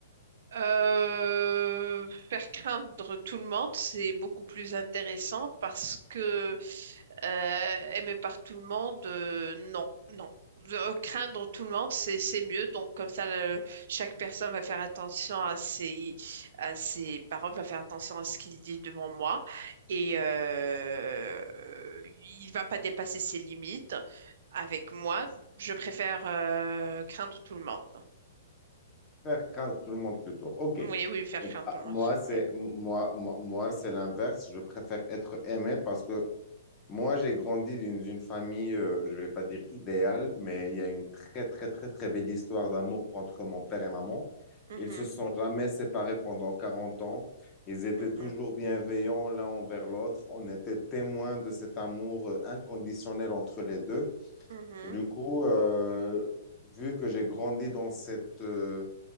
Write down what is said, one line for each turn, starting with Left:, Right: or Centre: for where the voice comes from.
Right: Euh, faire craindre tout le monde, c'est beaucoup plus intéressant parce que euh, aimer par tout le monde, euh, non, non. Euh, craindre tout le monde, c'est c'est mieux. Donc comme ça, le- chaque personne va faire attention à ses à ses paroles, va faire attention à ce qu'il dit devant moi et euh, il va pas dépasser ses limites avec moi. Je préfère euh, craindre tout le monde.
Left: faire craindre tout le monde plutôt. Ok.
Right: Oui,
Left: Eh
Right: oui, faire
Left: ben,
Right: craindre tout le monde.
Left: moi,
Right: absolument.
Left: c'est moi, moi, moi, c'est l'inverse. Je préfère être aimé parce que moi, j'ai grandi d'une d'une famille, euh, je vais pas dire idéale, mais il y a une très, très, très, très belle histoire d'amour entre mon père et maman.
Right: Mhm,
Left: Ils se sont jamais séparés pendant 40 ans. Ils étaient
Right: mhm,
Left: toujours bienveillants l'un envers l'autre. On était témoins de cet amour euh, inconditionnel entre les deux.
Right: mhm.
Left: Du coup, euh, vu que j'ai grandi dans cette, euh,